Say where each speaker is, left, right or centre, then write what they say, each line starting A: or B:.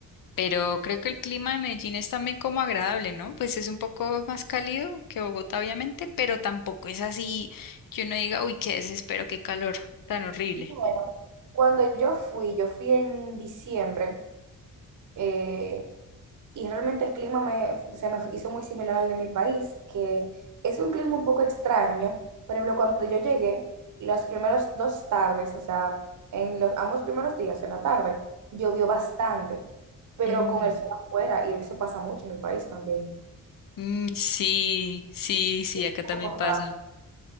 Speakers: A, on the left; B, on the right.
A: Pero creo que el clima de Medellín es también como agradable, ¿no? Pues es un poco más cálido que Bogotá, obviamente, pero tampoco es así que uno diga, uy, qué desespero, qué calor tan horrible.
B: Bueno, cuando yo fui, yo fui en diciembre eh, y realmente el clima me, se me hizo muy similar al de mi país, que es un clima un poco extraño. Por ejemplo, cuando yo llegué, los primeros dos tardes, o sea, en los ambos primeros días, en la tarde, llovió bastante, pero
A: Mm.
B: con el sol afuera, y eso pasa mucho en mi país también.
A: Mm, sí, sí, sí,
B: Un
A: acá
B: poco
A: también pasa.
B: raro.